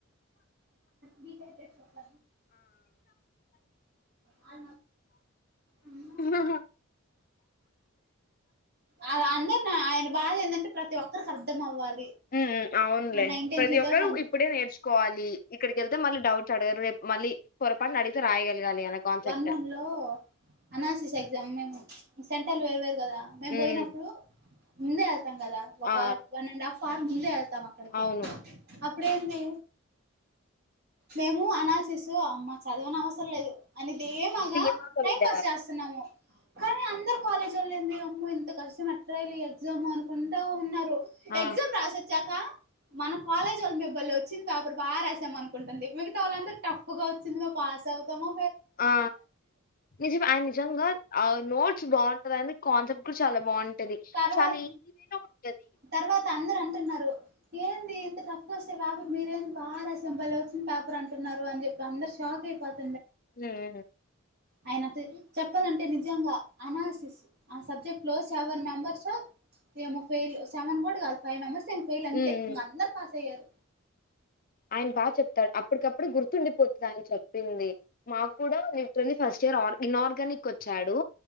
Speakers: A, on the right; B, on the left.
A: బీటెక్ చేసాన్ ఆ హుమ్
B: ఆ
A: అ అందరిని ఆయన బాధ ఏంటంటే ప్రతి ఒక్కరికి అర్థం అవ్వాలి
B: ఉమ్ అవునులే
A: ఆ నా ఇంటెన్షన్
B: ప్రతి ఒక్కరు
A: తోటి అంటారు.
B: ఇప్పుడే నేర్చుకోవాలి ఇక్కడికిెళ్ితే మళ్ళీ డౌట్స్ అడగరు రేపు మళ్ళీ పొరపాటున అడిగితే రాయగలగాలి అన కాన్సెప్ట్
A: మ అందులో అనాసిస్ ఎక్జామ్ సెంట్రల్ వేర్ వేర్ కదా మేమ్
B: ఉమ్
A: పోయినప్పుడు ఉంద ఉంటుం కదా ఒక
B: ఆ
A: వన్ అండ్ ఆఫ్ పార్ ముందే చూస్తామ్ అక్కడెకి
B: అవును
A: అప్పు ఇప్పుడేంది మేము అనాసిస్ థూ అమ్మ చదివనాక్ వస్ తోల్లెదు తేమగా
B: తీమాతో
A: టైం
B: వెళ్ళేవారు
A: పాస్ చేస్తున్నాము కానీ అందరు కాలేజ్ చల్లేంది అమ్మె ఇంత కష్టం ఎట్ల రాయాలి ఈ ఎగ్జామ్ అనుకుంటా ఉన్నారు
B: ఆ
A: ఎక్జామ్ రాసొచ్చాక మన కాలేజ్ వాళ్ళు మె భలె వచ్చింది పేపర్ బాగాసామ అనుకుంటుంది మిగతా వాళ్ళందరు టఫ్ గా వచ్చింది మేము పాస్ అవుతాము
B: ఆ నిజమె నిజంగా నోట్స్ బాగుంటది అని కాన్సెప్ట్ చాలా బాగుంటది
A: తర్వాత
B: చాలా ఈజీ గనే ఉంటది
A: తర్వాత అందరు అంటున్నారు ఏంది ఇంత తఫ్గా వస్తే పేపర్ మీరేంది బాగా రాస్తాం వచ్చిన పేపర్ అంటున్నారు అని చెప్పి అందరు షాక్ అయిపోతు
B: హూ ఉమ్
A: ఆయన అతి చెప్పాలంటే నేను నిజంగా అనాలిసిస్ ఆ సబ్జెక్ట్ లో సెవెన్ మెంబర్స్ ఏమో ఫెయిల్ సెవెన్ కూడా కాదు ఫైవ్ మెంబెర్స్ అంతె ఫెయిల్ అంతే
B: ఉమ్
A: అందరు పాస్ అయ్యారు
B: ఆయన బాగా చెప్తాడు అ అప్పటికప్పుడు గుర్తుండిపోతుందిని చెప్పింది మాకు కూడా వటిని ఫస్ట్ దేర్ ఆర్ ఇన్ర్గానిక్ ఒచ్చాడు